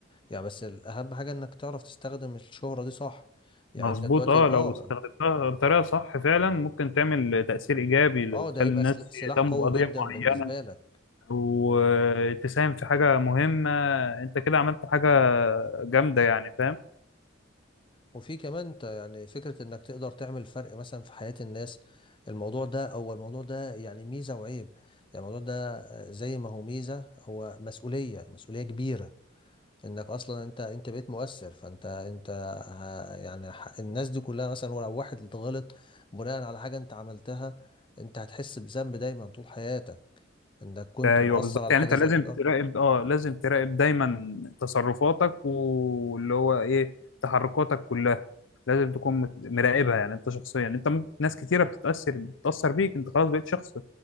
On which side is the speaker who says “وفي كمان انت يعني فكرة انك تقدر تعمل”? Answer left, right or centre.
Left